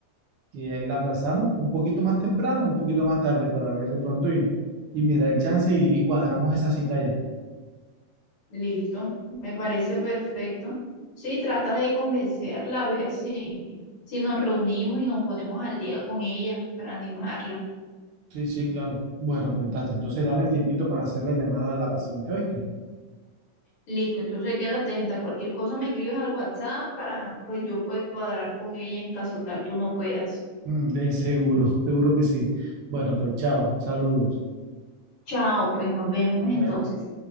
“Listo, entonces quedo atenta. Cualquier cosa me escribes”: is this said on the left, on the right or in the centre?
Left